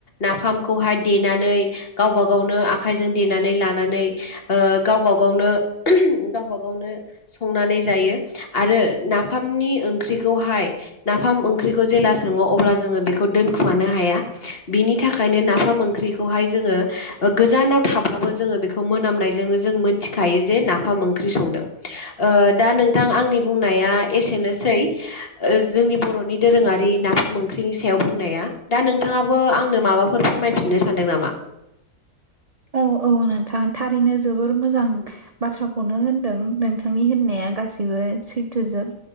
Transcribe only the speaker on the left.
नाफामखौहाय देनानै गावबा गावनो आखाइजों देनानै लानानै ओ गावब गावनो गावब गावनो संनानै जायो आरो नाफामनि ओंख्रिखौहाय नाफाम ओंख्रिखौ जेला सोङो अब्ला जोङो बेखौ दोनखुमानो हाया बिनि थाखायनो
नाफाम ओंख्रिखौहाय जोङो ओ गोजानाव थाब्लाबो जोङो बेखौ मोनामनाय जोंनो जों मोनथिखायो जे नाफाम ओंख्रि संदों ओ दा नोंथां आंनि बुंनाया एसेनोसै <unintelligible> जोंनि बर'नि दोरोङारि नाफाम ओंख्रिनि सायाव बुंनाया दा नोंथाङाबो आंनो माबाफोर फोरमायफिननो सानदों नामा?
औ